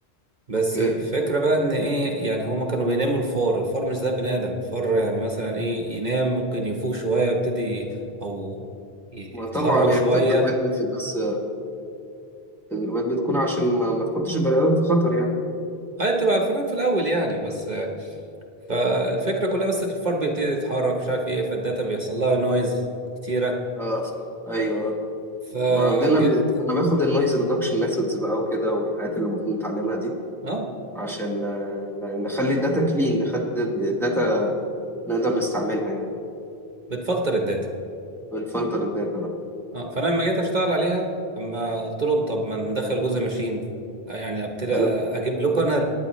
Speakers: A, on the right; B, in the centre.
A: بس
B: اوكي
A: الفكرة بقى ان ايه يعني هما كانوا بيناموا الفار الفار مش زي بني ادم الفار يعني مثلا ايه ينام ممكن يفوق شوية يبتدي او ي-
B: ما
A: يتحرك
B: طبعا هي
A: شوية
B: التجربات بت... بس التدريبات بتكون عشان ما, ما تحطش البني ادم في خطر يعني
A: اي بتبقى الفريم في الاول يعني بس يعني فالفكره كلها بس الفار بيبتدي يتحرك مش عارف ايه فالداتا بيحصل لها نويز كتيره
B: اه ايوه
A: فجيت
B: ما عندنا مم.
A: اه
B: انا باخد النويز ريدكشن ميثودز بقى وكده والحاجات اللي المفروض نتعلمها دي
A: آه،
B: عشان آه، ن- نخلي الداتا كلين نخلي الداتا نقدر نستعملها يعني
A: بتفلتر الداتا
B: ونفلتر الداتا بقى.
A: اه فانا لما جيت اشتغل عليها لما قلت لهم طب ما ندخل جزء ماشين يعني ابتدي
B: حلو
A: اجيب لكم انا